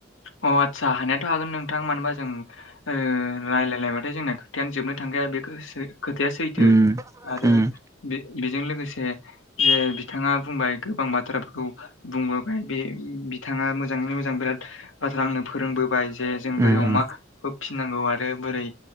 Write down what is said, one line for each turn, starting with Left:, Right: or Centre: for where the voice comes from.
Left: अ आदसा हानायाथ' हागोन नोंथां मानो होनबा जों रायजलायलायबाथाय जोंना खोथायानो जोबनो थांगाया बे खोथाया सैथो
Right: उम
Left: आरो
Right: उम
Left: बे बेजों लोगोसे जे बिथाङा बुंबाय गोबां बाथ्राफोरखौ बुंबोबाय बे बिथाङा मोजाङैनो मोजां बिराद बाथ्रा आंनो फोरोंबोबाय जे जों
Right: उम
Left: बोरै अमाखौ फिननांगौ आरो बोरै